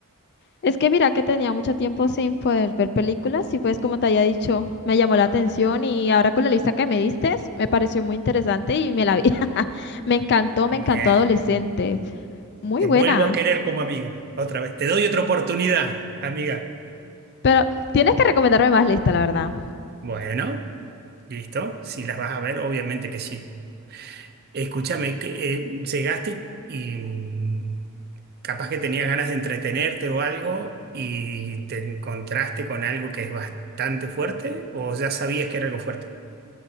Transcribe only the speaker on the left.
es que mira que tenía mucho tiempo sin poder ver películas y pues como te había dicho, me llamó la atención y ahora con la lista que me diste, me pareció muy interesante y me la vi. <laughs> Me encantó, me
encantó Adolescente, muy
buena,
pero tienes que recomendarme más lista, la verdad.